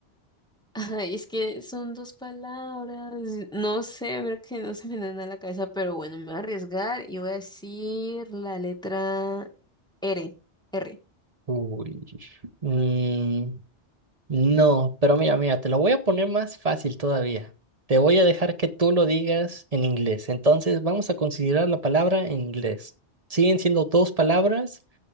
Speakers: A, in the centre; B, on the right.
A: Ay, es que son dos palabras. No sé, ver que no se me dan a la cabeza, pero bueno, me voy a arriesgar y voy a decir la letra R, R.
B: Uy. Mm, no, pero mira, mira, te lo voy a poner más fácil todavía. Te voy a dejar que tú lo digas en inglés. Entonces vamos a considerar la palabra en inglés. Siguen siendo dos palabras,